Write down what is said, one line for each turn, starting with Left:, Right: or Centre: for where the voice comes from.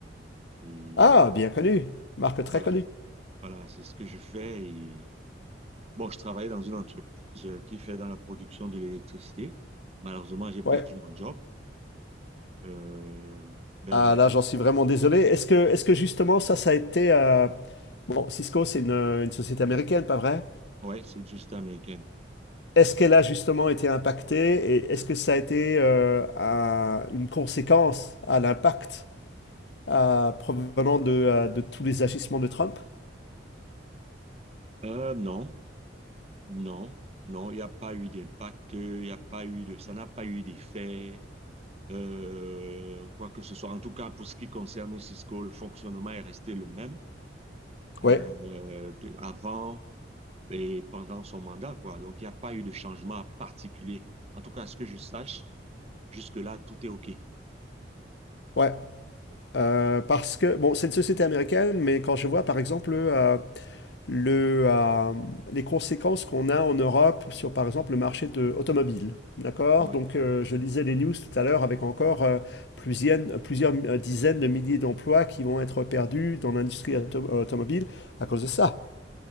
Right: Et
Left: Ah, bien connu. Marque très
Right: voilà,
Left: connue.
Right: voilà, c'est ce que je fais. Et bon, je travaillais dans une entreprise euh, qui fait dans la production de l'électricité. Malheureusement, j'ai perdu
Left: Ouais.
Right: mon job. Euh, ben,
Left: Ah là, j'en suis vraiment désolé. Est-ce que, est-ce que justement ça, ça a été... euh, Bon, Cisco, c'est une, une société américaine, pas vrai?
Right: ouais, c'est une société américaine.
Left: Est-ce qu'elle a justement été impactée et est-ce que ça a été euh, un- une conséquence à l'impact euh, provenant de, euh, de tous les agissements de Trump?
Right: Euh, non, non, non, il n'y a pas eu d'impact, il n'y a pas eu de, ça n'a pas eu d'effet, euh, quoi que ce soit. En tout cas, pour ce qui concerne Cisco, le fonctionnement est resté le même euh,
Left: Ouais,
Right: euh, de- avant et pendant son mandat, quoi. Donc, il n'y a pas eu de changement particulier. En tout cas, à ce que je sache, jusque-là, tout est OK.
Left: ouais. Euh, parce que, bon, c'est une société américaine, mais quand je vois par exemple... euh, le, euh, les conséquences qu'on a en Europe sur, par exemple, le marché de automobile. D'accord?
Right: Ouais,
Left: Donc, euh, je lisais les news tout à l'heure avec encore euh, plusieurs, plusieurs euh, dizaines de milliers d'emplois qui vont être perdus dans l'industrie
Right: ouais.
Left: auto- automobile à cause
Right: ouais.
Left: de ça.